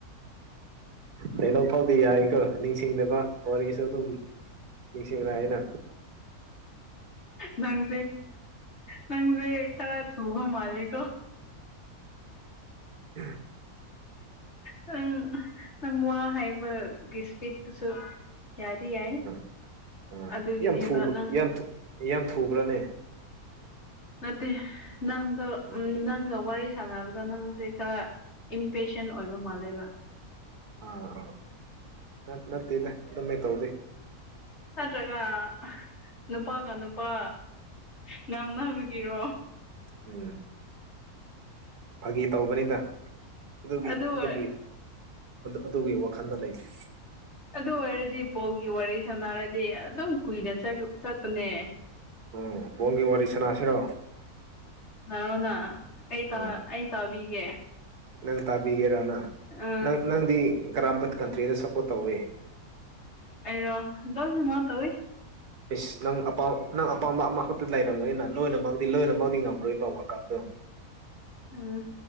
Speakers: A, on the right (about 85°); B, on the left (about 45°).
A: ꯍꯩꯅꯧ ꯐꯥꯎꯗꯤ ꯌꯥꯏꯀꯣ ꯅꯤꯡꯁꯤꯡ ꯁꯤꯡꯅꯕ ꯋꯥꯔꯤꯁꯨ ꯑꯗꯨꯝ ꯅꯤꯡꯁꯤꯡꯂ ꯑꯩꯅ
B: ꯅꯪꯁꯦ ꯅꯪꯁꯦ ꯈꯔ ꯊꯍ ꯃꯥꯂꯤꯒꯣ
A: ꯎꯝ
B: ꯅꯪ ꯅꯪ ꯋꯥ ꯍꯥꯏꯕꯒꯤ ꯏꯁꯄꯤꯠꯇꯨꯁꯨ ꯀꯌꯥꯗꯤ ꯌꯥꯏ
A: ꯎꯝ ꯑꯥ
B: ꯑꯗꯨꯒꯤꯅꯦꯕ
A: ꯌꯥꯝ ꯊꯨꯕ
B: ꯅꯪ
A: ꯌꯥꯝ ꯌꯥꯝ ꯊꯨꯕ꯭ꯔꯅꯦ
B: ꯅꯠꯇꯦ ꯅꯪꯗ
A: ꯑꯥ
B: ꯅꯪꯒ ꯋꯥꯔꯤ ꯁꯥꯟꯅꯕꯗ ꯅꯪꯁꯦ ꯈꯔ ꯏꯝꯄꯦꯛ ꯁꯟ ꯑꯣꯏꯕ ꯃꯥꯜꯂꯦꯕ
A: ꯑꯥ ꯑꯥ ꯅꯠꯇꯦꯗ ꯑꯗꯨꯩ ꯇꯧꯗꯦ
B: ꯅꯠꯇ꯭ꯔꯒ ꯅꯨꯄꯥꯒ ꯅꯨꯄꯥ ꯉꯥꯡꯅꯕꯒꯤꯔꯣ
A: ꯎꯝ ꯐꯥꯒꯤ ꯇꯧꯕꯅꯤꯗ ꯑꯗꯨꯒꯤ
B: ꯑꯗꯨ
A: ꯑꯗꯨꯒꯤ
B: ꯑꯣꯏ
A: ꯑꯗꯨꯒꯤ ꯋꯥꯈꯜꯗ ꯂꯩꯇꯦ
B: ꯑꯗꯨ ꯑꯣꯏꯔꯗꯤ ꯕꯧꯒꯤ ꯋꯥꯔꯤ ꯁꯥꯟꯅꯔꯗꯤ ꯑꯗꯨꯝ ꯀꯨꯏꯅ ꯆꯠꯄꯅꯦ
A: ꯎꯝ ꯕꯣꯟꯒꯤ ꯋꯥꯔꯤ ꯁꯥꯅꯁꯤꯔꯣ
B: ꯅꯔꯣꯅ ꯑꯩ
A: ꯎꯝ
B: ꯑꯩ ꯇꯥꯕꯤꯒꯦ
A: ꯅꯪ ꯇꯥꯕꯤꯒꯦꯔꯥꯅ
B: ꯑ
A: ꯅꯪ ꯅꯪꯗꯤ ꯀꯔꯝꯕ ꯀꯟꯇ꯭ꯔꯤꯗ ꯁꯞꯄꯣꯔꯠ ꯇꯧꯏ
B: ꯑꯩꯔꯣ ꯂꯣꯏꯅꯃꯛ ꯇꯧꯋꯤ
A: ꯏꯁ ꯅꯪ ꯑꯄꯥꯝ ꯅꯪ ꯑꯄꯥꯝꯕ ꯑꯃꯈꯛꯇ ꯂꯩꯔꯝꯒꯅꯤꯅ ꯂꯣꯏꯅꯃꯛꯛꯇꯤ ꯂꯣꯏꯅꯃꯛꯛꯇꯤ ꯉꯝꯔꯣꯏ ꯇꯧꯕ ꯋꯥꯔꯀꯞꯇꯣ
B: ꯎꯨꯝ